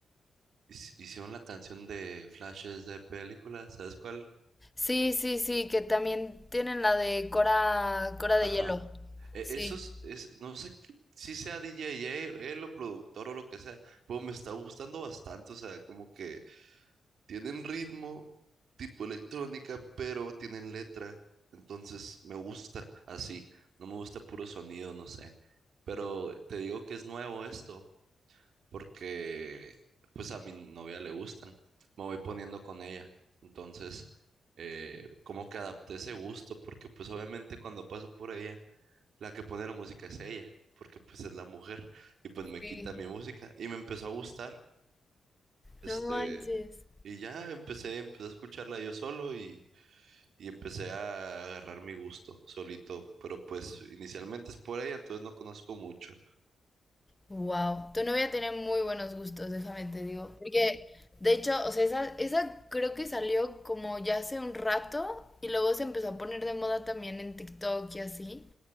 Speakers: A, on the right; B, on the left.
A: hic- hicieron la canción de flashes de películas, ¿sabes cuál?
B: Sí, sí, sí, que también tienen la de Cora, Cora de
A: Ajá.
B: Hielo.
A: E-
B: Sí,
A: esos, es, no sé qué- si sea DJ, él él o productor o lo que sea, pero me está gustando bastante, o sea, como que Tienen ritmo, tipo electrónica, pero tienen letra. Entonces me gusta así. No me gusta puro sonido, no sé. Pero te digo que es nuevo esto, porque pues a mi novia le gustan. Me voy poniendo con ella. Entonces, eh, como que adapté ese gusto, porque pues obviamente cuando paso por ella, la que pone la música es ella, porque pues es la mujer. Y pues me
B: sí.
A: quita mi música. Y me empezó a gustar. Este,
B: No manches.
A: y ya empecé, empecé a escucharla yo solo y, y empecé a agarrar mi gusto solito. Pero pues inicialmente es por ella, entonces no conozco mucho.
B: Wow, tu novia tiene muy buenos gustos, déjame te digo. Porque, de hecho, o sea, esa, esa creo que salió como ya hace un rato y luego se empezó a poner de moda también en TikTok y así.